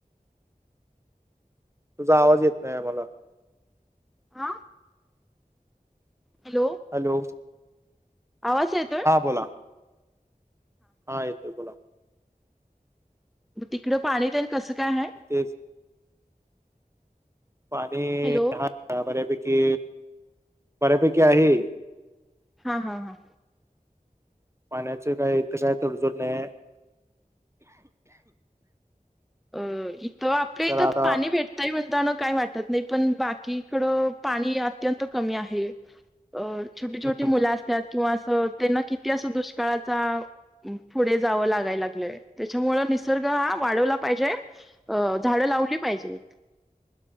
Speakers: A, on the right; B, in the centre.
A: तुझा आवाज येत नाही मला.
B: हां,, हॅलो,
A: हॅलो,
B: आवाज येतोय?
A: हां बोला. हा येतोय बोला.
B: तिकडं पाणी तन कसं काय आहे?
A: तेऽ पाणी,,
B: हॅलो
A: हा बऱ्यापैकी, बऱ्यापैकी आहे.
B: हा, हा, हां
A: पाण्याचं काय, इथ काय तडजोड नाही आह.
B: अ,, इथं आपल्या इथं
A: तर आता
B: पाणी भेटऽऽ ही म्हणताना काही वाटत नाही, पण बाकीकडं पाणी अत्यंत कमी आहेऽ ं छोटी
A: हम्म,
B: छोटी मुलं असतात, किंवा असं त्यांना किती असं दुष्काळाचाऽऽ पुढे जावं लागाय लागलंय,, त्याच्यामुळ निसर्ग हा वाढव लागतोऽ पाहिजे,,, झाडं लावली पाहिजे,,